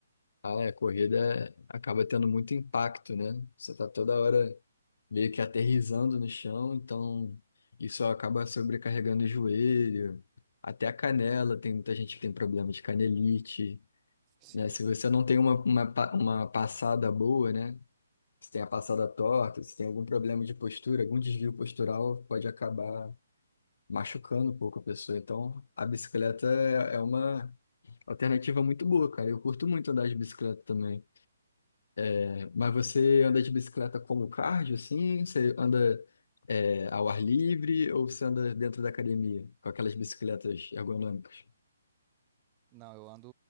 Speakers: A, on the left (about 60°); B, on the right (about 15°).
A: Ah, é, a corrida acaba tendo muito impacto, né? Você tá toda hora meio que aterrissando no chão, então isso acaba sobrecarregando o joelho, até a canela, tem muita gente que tem problema de canelite,
B: Sim.
A: né? Se você não tem uma, uma, pa- uma passada boa, né? Se tem a passada torta, se tem algum problema de postura, algum desvio postural, pode acabar machucando um pouco a pessoa. Então, a bicicleta é é uma alternativa muito boa, cara. Eu curto muito andar de bicicleta também. É, Mas você anda de bicicleta como cardio, assim? Você anda, é, ao ar livre ou você anda dentro da academia com aquelas bicicletas ergonômicas?
B: Não, eu ando,